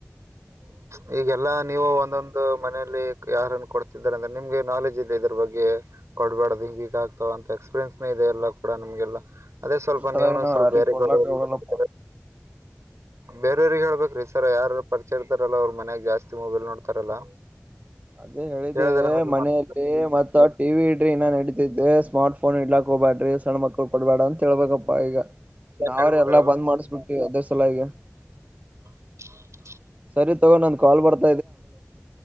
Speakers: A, on the right; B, on the right.
A: <unintelligible> ಈಗೆಲ್ಲಾ, ನೀವು ಒಂದೊಂದು ಮನೇಲಿ ಯಾರನ್ನು, ಕೊಡ್ತಿದ್ದಾರ! ಅಂದ್ರೆ, ನಿಮ್ಗೆ, ನಾಲೆಜ್ ಇದೆ, ಇದರು, ಬಗ್ಗೆ. <unintelligible> ಕೊಡುಬಾರ್ಧು, ಹಿಂಗೂಹಿಂಗಾ, ಆಗ್ತಾವ, ಅಂತ ಎಕ್ಸ್ಪೀರಿಯನ್ಸ್ನ, ಇದೆ ಎಲ್ಲ ಕೊಡಂಗೇಲ್ಲ. <inaudible> ಅದೇ, ಸ್ವಲ್ಪ,
B: ಇದ್ರ ಸಲಾಗಿ
A: ನೀವುನು,
B: ನಾವ್
A: ಸ್ವಲ್ಪನು
B: ಯಾರಿಗ್
A: ಯಾರಿಗಾದರೂ.
B: ಕೊಡ್ಲಾಕ್ ಹೋಗಲ್ಲಪ್ಪ
A: <inaudible> ಬೇರೆಯವ್ರ, ಹೇಳ್ಬೇಕ್ರೀ, ಸರ್, ಯಾರ ಪರಿಚಯ, ಇರ್ತಾರಲ್ಲ! ಅವ್ರ, ಮನ್ಯಾಗ, ಜಾಸ್ತಿ ಮೊಬೈಲ್, ನೋಡ್ತಾರಲ್ಲ? <inaudible>
B: ಅದೇ, ಹೇಳಿದ್ವಿ!
A: ಹೇಳಿದ್ರ ಅಂದ್ರೆ
B: ಮನೆಯಲ್ಲಿ,
A: ಮತ್
B: ಮತ್ತ, ಟಿ, ವಿ. ಇಡ್ರಿ, ಇನ, ನಡಿತೈತೆ! <inaudible> ಸ್ಮಾರ್ಟ್, ಫೋನ್, ಇಡಲಾಕಾ, ಹೋಗುಬೇಡರಿ, ಸಣ್ಣ, ಮಕ್ಳ, ಕೊಡ್ಬೇಡ. <inaudible> ಕೇಳುಬೇಕ್ಯಪ್ಪ, ಈಗ, ನಾವ್ರ
A: ಹೇಳ್ಬಿಟ್ಟ
B: ಎಲ್ಲಾ! ಬಂದ್ ಮಾಡಿಸ್ಬಿಟ್ಟವಿ, ಅದೇ ಸಲುವಾಗಿ. <inaudible>
A: ಹ.. <inaudible>
B: ಸರಿ, ತಗೋ, ನನ್ ಕಾಲ್ ಬರುತ್ತೆ. <inaudible>